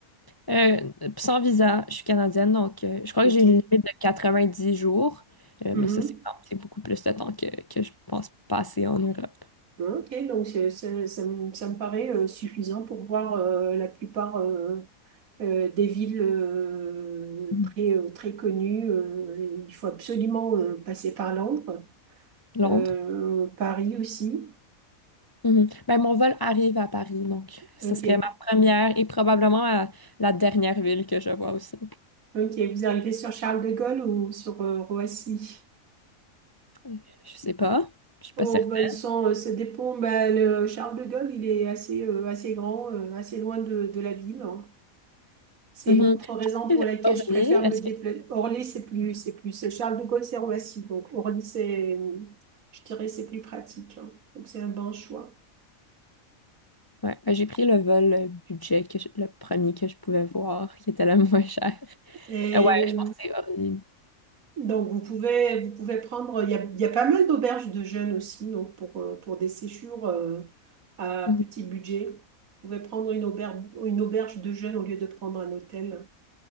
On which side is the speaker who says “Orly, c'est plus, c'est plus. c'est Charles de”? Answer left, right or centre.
Right